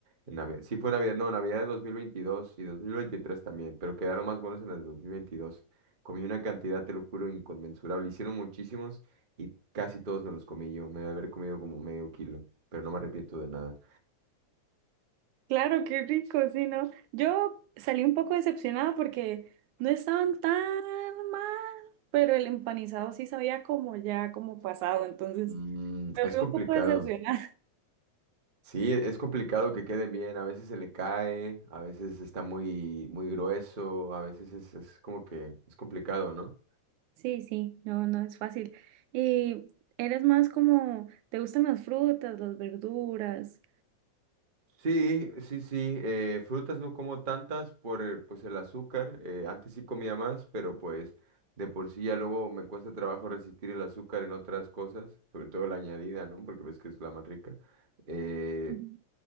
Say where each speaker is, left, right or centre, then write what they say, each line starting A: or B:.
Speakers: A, on the right; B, on the right.
A: En Navidad. Sí fue Navidad, no, Navidad de 2022 y 2023 también, pero quedaron más buenos en el 2022. Comí una cantidad, te lo juro, inconmensurable. Hicieron muchísimos y casi todos me los comí yo. Me debe haber comido como medio kilo, pero no me arrepiento de nada.
B: Claro, qué rico, sí, ¿no? Yo salí un poco decepcionada porque no estaban tan mal, pero el empanizado sí sabía como ya, como pasado, entonces
A: Mm,
B: me
A: es
B: fui
A: complicado.
B: un poco decepcionada.
A: Sí, e- es complicado que queden bien. A veces se le cae, a veces está muy, muy grueso, a veces es, es como que es complicado, ¿no?
B: Sí, sí, no, no es fácil. Y eres más como, ¿te gustan las frutas, las verduras?
A: Sí, sí, sí. eh, frutas no como tantas por el, pues el azúcar. eh, antes sí comía más, pero pues de por sí ya luego me cuesta trabajo resistir el azúcar en otras cosas, sobre todo la añadida, ¿no? Porque ves que es la más rica. eh,
B: Ujú.